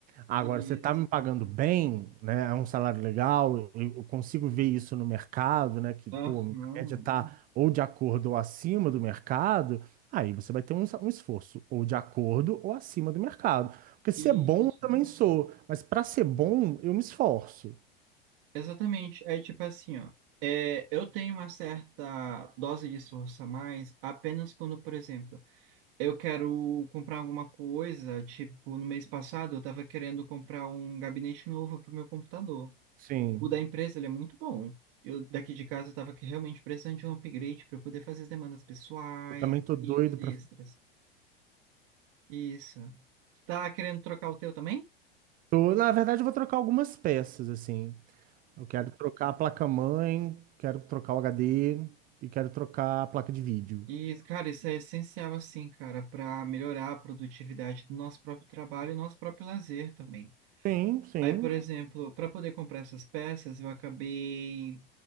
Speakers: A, on the right; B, on the right.
A: Agora,
B: isso.
A: você está me pagando bem, né? É um salário legal, eu eu consigo ver isso no mercado, né? Que,
B: Aham.
A: pô, a média está ou de acordo ou acima do mercado, aí você vai ter um, sa- um esforço ou de acordo ou acima do mercado. Porque se
B: Isso.
A: é bom, eu também sou, mas para ser bom, eu me esforço.
B: Exatamente. É tipo assim, ó. É, eu tenho uma certa dose de esforço a mais apenas quando, por exemplo, eu quero comprar alguma coisa. Tipo, no mês passado eu estava querendo comprar um gabinete novo para o meu computador.
A: Sim,
B: O da empresa, ele é muito bom. Eu daqui de casa eu estava realmente precisando de um upgrade para eu poder fazer as demandas pessoais
A: eu também tô doido
B: e uns extras.
A: para
B: Isso. Tu tá querendo trocar o teu também?
A: Tô- na verdade, eu vou trocar algumas peças, assim. Eu quero trocar a placa-mãe, quero trocar o HD e quero trocar a placa de vídeo.
B: E, cara, isso é essencial, assim, cara, para melhorar a produtividade do nosso próprio trabalho e nosso próprio lazer também.
A: Sim, sim,
B: Aí, por exemplo, para poder comprar essas peças, eu acabei